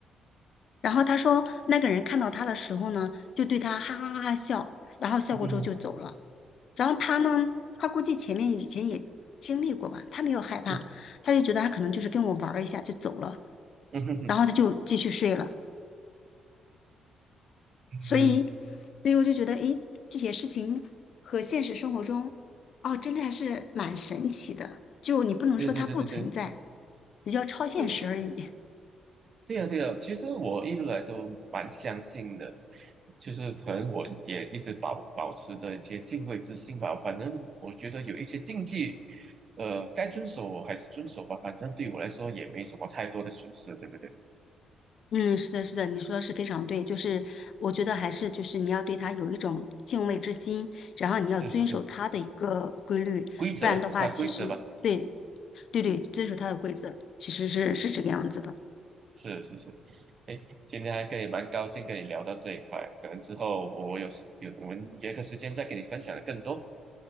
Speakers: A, on the left; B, on the right.
A: 然后他说，那个人看到他的时候呢，就对他哈哈哈哈笑，然后笑过之后就走了。
B: 嗯
A: 然后他呢，他估计前面以前也经历过吧，他没有害怕，
B: 嗯
A: 他就觉得他可能就是跟我玩儿一下就走了，
B: 嗯哼哼
A: 然后他就继续睡了。所以，
B: 嗯，
A: 所以我就觉得，诶，这些事情和现实生活中，哦，真的还是蛮神奇的。就你不能说它不存在，
B: 对对对对对
A: 比较超现实而已。
B: 对对呀对呀，其实我一直来都蛮相信的，就是可能我也一直保保持着一些敬畏之心吧。反正我觉得有一些禁忌，呃，该遵守我还是遵守吧。反正对我来说也没什么太多的损失，对不对？
A: 嗯，是的，是的，你说的是非常对，就是我觉得还是就是你要对他有一种敬畏之心，然后你要遵守他的一个规律，
B: 是是是，规则，
A: 不然的话，
B: 它规则吧。
A: 其实对，对对，遵守他的规则，其实是是这个样子的。
B: 是是是，哎，今天还可以蛮高兴跟你聊到这一块，可能之后我有时有我们约个时间再给你分享的更多。